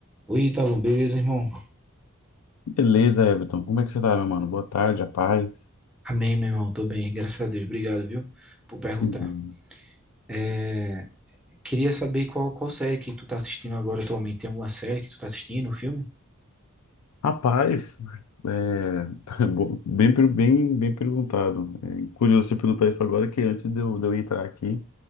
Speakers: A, in the centre; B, on the left.
A: Oi, Ítalo, beleza, irmão?
B: Beleza, Everton. Como é que você tá, meu mano? Boa tarde, a paz.
A: Amém, meu irmão, tô bem, graças a Deus, obrigado, viu, por perguntar.
B: Que bom.
A: É, queria saber qual, qual série que tu tá assistindo agora atualmente, tem alguma série que tu tá assistindo, um filme?
B: Rapaz, é, <laughs> bom. bem, per- bem, bem perguntado. É curioso você perguntar isso agora, que antes de eu, de eu entrar aqui,